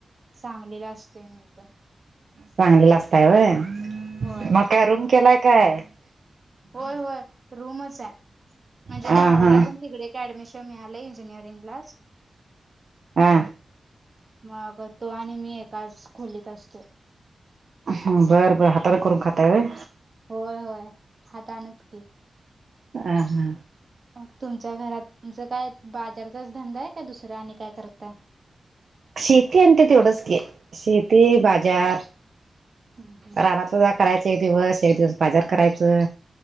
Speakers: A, on the right; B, on the right.
A: सांगलीला असतोय मी पण
B: सांगलीला असतय व
A: होय
B: मग काय रूम केलाय काय
A: होय होय रूमच आहे म्हणजे
B: हा
A: भावाला
B: हा
A: पण तिकडे ऍडमिशन मिळालय इंजियरिंग लाच
B: हा
A: मग तो आणि मी एकाच खोलीत असतो
B: ह बरं बरं हातार करून खाताय र
A: होय होय हातानचकी
B: हां हां
A: मग तुमच्या घरात तुमच काय बाजारचाच धंदा आहे काय दुसरा आणि काय करतय
B: शेती आणि ते तेवढंच की शेती बाजार
A: हम्म हम्म
B: राणात सजा करायच एक दिवस एक दिवस बाजार करायचं